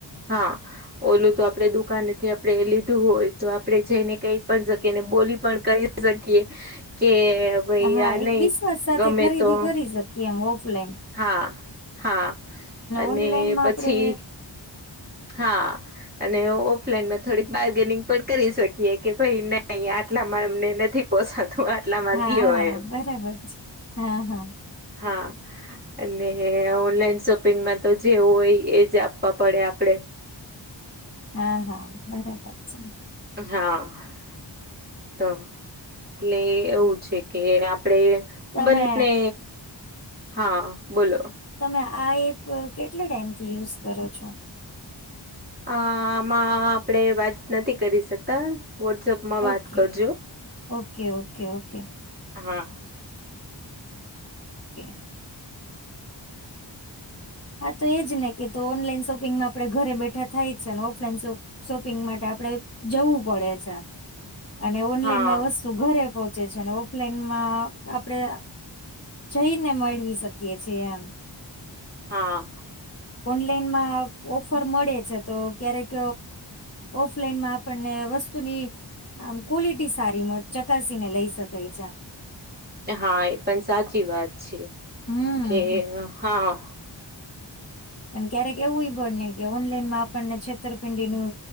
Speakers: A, on the right (about 20°); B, on the left (about 30°).
A: હા. ઓલું તો આપડે દુકાનેથી આપણે લીધું હોય તો આપડે જઈને કઈ પણ શકીને બોલી પણ ક શકીએ કે ભાઈ
B: હા
A: આ
B: એક
A: નહી
B: વિશ્વાસ સાથે
A: ગમે
B: ખરીદી
A: તો
B: કરી શકીએ એમ ઓફલાઈન.
A: હા હા, અને
B: ઓનલાઈનમાં
A: પછી
B: આપડે
A: હા. અને ઓફલાઈનમાં થોડીક બાર્ગેનિંગ પણ કરી શકીએ કે ભાઈ નહી આટલામાં અમને નથી પોસાતું આટલા માંંધી
B: હા
A: હોય
B: હા
A: એમ.
B: બરાબર છે હા હા
A: હા, અને ઓનલાઈન શોપિંગમાં તો જેવું હોય એ જ આપવા પડે. આપડે.
B: હા હા બરાબર છે.
A: હા. ત મ એટલે એવું છે કે આપડે
B: તમે
A: બંને હા બોલો.
B: તમે આ એપ કેટલા ટાઈમ થી યુઝ કરો છો?
A: અ આમાં આપણે વાત નથી કરી શકતાં. વોટ્સએપમાં વાત
B: ઓકે
A: કરજો.
B: ઓકે ઓકે ઓકે
A: હા.
B: ઓકે હા તો એજ ને કે તો ઓનલાઈન શોપિંગમાં આપણે ઘરે બેઠા થાય જ છે ને ઓફલાઈન શોપિંગ માટે આપણે જવું પડે છે. અને ઓનલાઈનમાં
A: હા
B: વસ્તુ ઘરે પહોંચે છે અને ઓફલાઈનમાં આપણે જઈને મળવી શકીએ છીએ એમ.
A: હા
B: ઓનલાઈનમાં ઓફર મળે છે તો ક્યારેક ઓફલાઈન માં આપણને વસ્તુની આમ ક્વોલિટી સારીમાં ચકાસીને લઈ શકાય છે.
A: હા એ પણ સાચી વાત છે
B: હમ
A: કે હા!
B: અને ક્યારેક એવુંય બને કે ઓનલાઈનમાં આપણને છેતરપિંડીનું